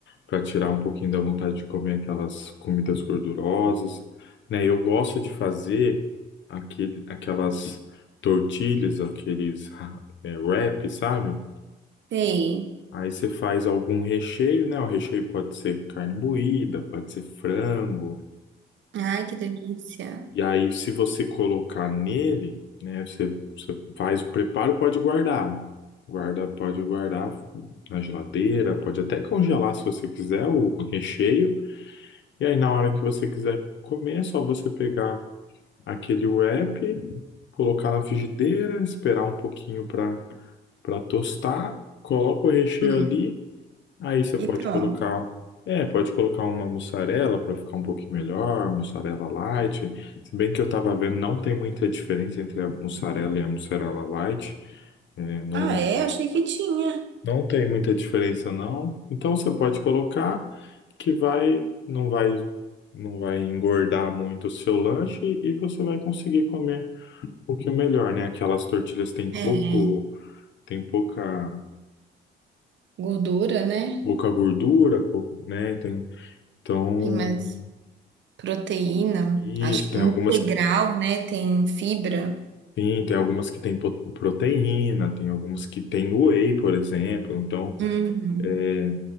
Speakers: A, on the left; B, on the right.
A: para tirar um pouquinho da vontade de comer aquelas comidas gordurosas, né? Eu gosto de fazer aquele, aquelas tortilhas, aqueles <laughs> é, wrap, sabe?
B: Sei.
A: Aí você faz algum recheio, né? O recheio pode ser carne moída, pode ser frango.
B: Ai, que delícia.
A: E aí, se você colocar nele, né? Você, você faz o preparo, pode guardar. Guarda, pode guardar na geladeira, pode até congelar se você quiser o recheio. E aí, na hora que você quiser comer, é só você pegar aquele wrap, colocar na frigideira, esperar um pouquinho para para tostar, coloca o recheio
B: Hum.
A: ali. Aí você pode
B: E pronto.
A: colocar, é, pode colocar uma mussarela para ficar um pouquinho melhor, mussarela light. Se bem que eu estava vendo, não tem muita diferença entre a mussarela e a mussarela light. É, não,
B: Ah, é? Achei que tinha.
A: não tem muita diferença não. Então você pode colocar que vai, não vai, não vai engordar muito o seu lanche e você vai conseguir comer um pouquinho melhor, né? Aquelas tortilhas têm pouco,
B: É,
A: tem pouca,
B: gordura, né?
A: pouca gordura, pouco, né? Tem, então
B: Tem mais proteína,
A: isso,
B: acho que
A: tem
B: integral,
A: algumas
B: né? Tem fibra.
A: Sim, tem algumas que têm po- proteína, tem algumas que têm whey, por exemplo. Então,
B: Uhum.
A: é,